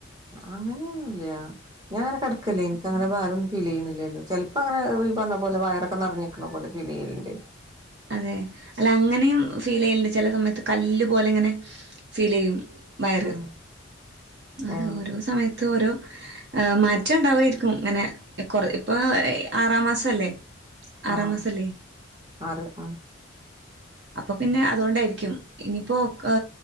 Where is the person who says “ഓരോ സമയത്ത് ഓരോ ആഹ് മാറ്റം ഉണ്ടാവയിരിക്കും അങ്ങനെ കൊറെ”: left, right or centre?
Right